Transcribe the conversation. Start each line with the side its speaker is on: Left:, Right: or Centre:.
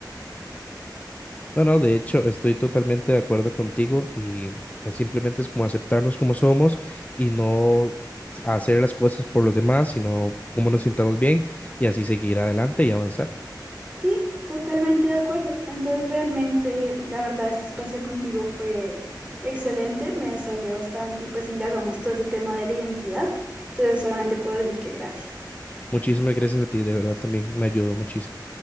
Left: No, no, de hecho estoy totalmente de acuerdo contigo y eh, simplemente es como aceptarnos como somos y no hacer las cosas por los demás, sino cómo nos sintamos bien y así seguir adelante y avanzar.
Right: Sí, totalmente de acuerdo. Entonces realmente la verdad este espacio contigo fue excelente, me desahogué bastante y pues indagamos todo ese tema de la identidad. Entonces solamente puedo decir que gracias.
Left: Muchísimas gracias a ti, de verdad también me ayudó muchísimo.